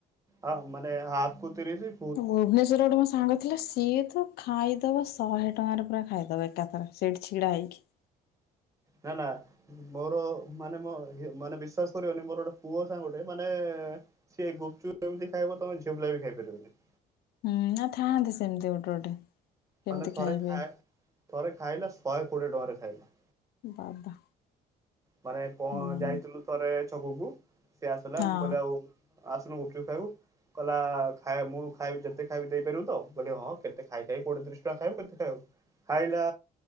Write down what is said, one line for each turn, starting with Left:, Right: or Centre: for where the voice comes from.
Right: ହଁ ମାନେ ହାପ କୁତିରିଶ।
Left: ଭୁବନେଶ୍ୱର ରେ ଗୋଟେ ମୋ ସାଙ୍ଗ ଥିଲା ସିଏ ତ ଖାଇଦବା ଶହେ ଟଙ୍କାରେ ପୁରା ଖାଇଦବ ଏକାଥର ସେଇଠି ଛିଡା ହେଇକି।
Right: ନା ନା! ମୋର ମାନେ ମ ମାନେ ବିଶ୍ୱାସ କରିବନି ମୋର ଗୋଟେ ପୁଅ ସାଙ୍ଗୋଟେ ମାନେ ସିଏ ଗୁପଚୁପ ଏମିତି ଖାଇବ ତମ ଝିଅ ପିଲା ବି ଖାଇପାରିବନି।
Left: ହୁଁ ନା ଥାଆନ୍ତି ସେମିତି ଗୋଟେ ଗୋଟେ। କେମିତି
Right: ମାନେ ଥରେ
Left: ଖାଇବେ
Right: ଖାଇ ଥରେ ଖାଇଲା ଶହେ କୋଡ଼ିଏ ଟଙ୍କାରେ ଖାଇଲା।
Left: ବାବା।
Right: ମାନେ କଣ
Left: ହୁଁ
Right: ଯାଇଥିଲୁ ଥରେ ଛକକୁ ସେିଏ ଆସିଲା
Left: ହଁ
Right: ମୁଁ କହିଲି ଆଉ ଆସନୁ ଗୁପଚୁପ ଖାଇବୁ। କହ ଖ ମୁଁ ଖାଇବି ଯେତେ ଖାଇବି ଦେଇପାରିବି ତ କହିଲେ ହଁ କେତେ ଖାଇ ଖାଇବ କୋଟେ ତିଶ ଟଙ୍କା ଖାଇବ କେତେ ଖାଇବକୁ। ଖାଇଲା